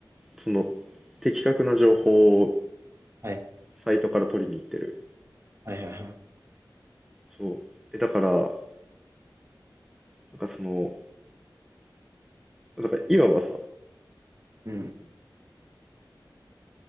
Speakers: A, in the centre; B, on the right (about 35°).
A: その、的確な情報を
B: はい、
A: サイトから取りに行ってる。
B: はい、はい、はい。
A: そう。え、だから、なんかその、だからいわばさ、
B: うん、